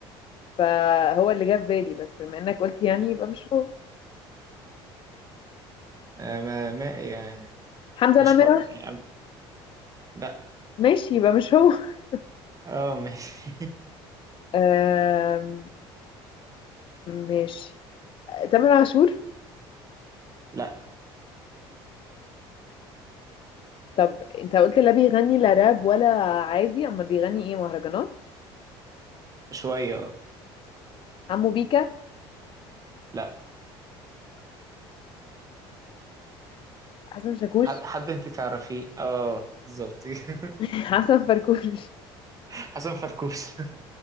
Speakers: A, on the left; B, on the right.
A: فهو اللي جه في بالي بس بما إنك قلت يعني يبقى مش هو
B: آه، ما ما يعني
A: حمزة
B: مش
A: نمرة
B: ب... يعني لا
A: ماشي يبقى مش هو <laughs>
B: اه ماشي
A: آم، ماشي تامر عاشور
B: <laughs> لا
A: طب انت قلت لا بيغني لا راب ولا عادي امال بيغني ايه مهرجانات
B: شوية اه
A: عمو بيكا
B: لا
A: حسن شاكوش
B: حد
A: <laughs>
B: حد انت تعرفيه اه بالظبط <laughs>
A: حسن فركوش
B: حسن فركوش